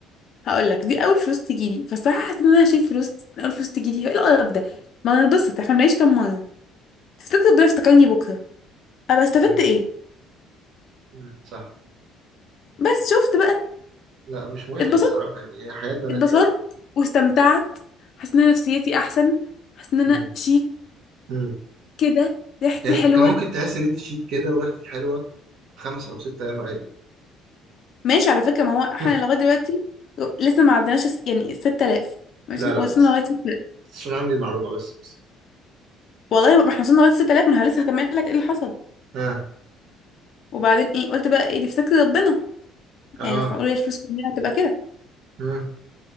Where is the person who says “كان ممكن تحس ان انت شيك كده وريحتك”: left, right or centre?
Right